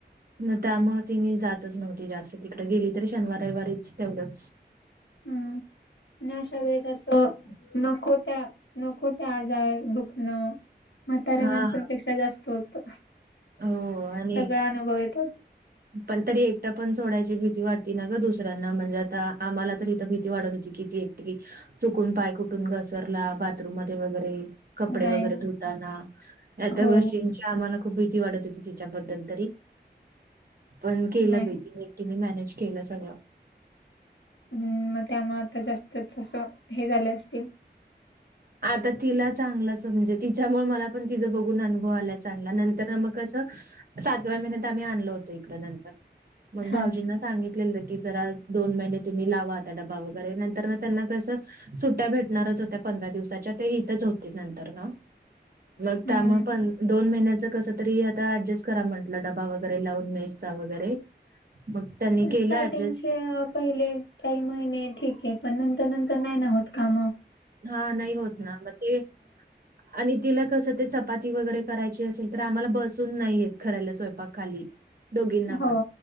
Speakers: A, on the right; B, on the left.
A: मग त्यामुळे ति जातच नव्हती जास्त तिकड गेली तररी शनिार रविवारीच तेवढंच.
B: हम्म आणि अशा वेळेसं. नको त्या, नको त्या आजार, दुखणं. म्हाताऱ्या
A: हा
B: माण्सांपेक्षा जास्त होत,,
A: हो आणि
B: सगळा अनुभव येतच.
A: पण तरी एकटा पण सोडायची भीती वाटती ना ग दुसऱ्यांना,, म्हणजे आता आम्हाला तर इथ भीती वाढत होती की एकट, चुकून पाय कुठून घसरला बाथरूम मध्ये वगैरे कपडे
B: नाही
A: वगैरे
B: ना
A: धुताना, या त्या
B: हो
A: गोष्टी आम्हाला खूप भीती वाटत होती तिच्याबद्दल तरी पण केलं
B: नाही.
A: बई तीने एकटीनी मॅनेज केलं सगळं
B: हम्म, मग त्यामुळे आता जास्तच असं, हे झालं असतील.
A: आता तिला चांगलंच म्हणजे, तिच्यामुळे मला पण तिचां बघून अनुभव आला चांगला,, नंतर मग कं सातव्या महिन्यात आम्ही आणलो होतो इकड, ळ नंतर मग
B: हा
A: भाऊजींना सांगितलेलं. की जरा दोन महिने तुम्ही लावा आता डबा वगैरे,, नंतर ना त्यांना कसं. सुट्ट्या भेटणारच होत्या पंधरा दिवस‌. त्याच, हीतच होती नंतरन, मग
B: हम्म.
A: त्यामुळं पन दोन महिन्याच कस तरी आता ऍडजस्ट करा म्हंटलं,, डबा वगैरे लावून मेस्चा वगैरे,, मग त्यांनी केलं
B: स्टार्टिंग
A: ऍडजस्ट
B: े पहिले काही महिने ठीक आहे, पण नंतर, नंतर नाही ना होत कामं
A: हा नाहीय होत ना,, म ते आणि तिला कसं ते चपाती वगैरे करायची असेल, तर आम्हाला बसून नाही येत करायला स्वयंपाक खाली. दोघींना
B: हो
A: पण.